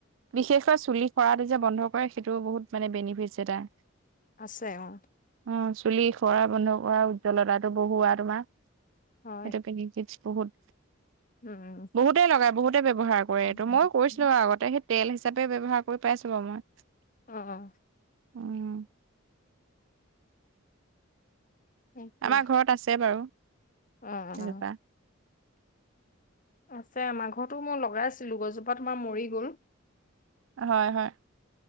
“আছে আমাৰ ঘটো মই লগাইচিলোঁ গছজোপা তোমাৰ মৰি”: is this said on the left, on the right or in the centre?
Left